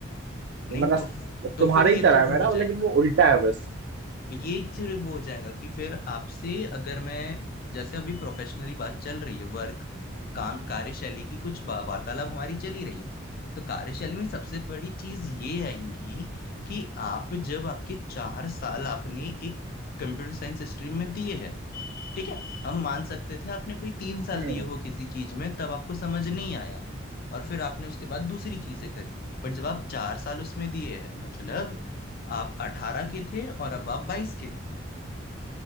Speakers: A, on the left (about 50°); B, on the right (about 60°).
A: नहीं
B: तो मेरा
A: तो तो
B: तुम्हारे
A: फिर ये
B: ही तरह
A: तो
B: है
A: वो
B: मेरा
A: हो जाएगा
B: लेकिन वो उल्टा है बस
A: तो ये फिर वो हो जाएगा कि फिर आपसे अगर मैं जैसे अभी प्रोफेशनली बात चल रही है वर्क काम कार्यशैली की कुछ बा- वार्तालाप हमारी चली रही है तो कार्यशैली में सबसे बड़ी चीज ये आएंगी कि आप जब आपके चार साल आपने एक कंप्यूटर साइंस स्ट्रीम में दिए हैं ठीक है हम मान सकते थे आपने कोई तीन साल
B: हम्म
A: दिए हो किसी चीज में तब आपको समझ नहीं आया और फिर आपने उसके बाद दूसरी चीजें करी बट जब आप चार साल उसमें दिए हैं मतलब आप अठारह के थे और अब आप बाईस के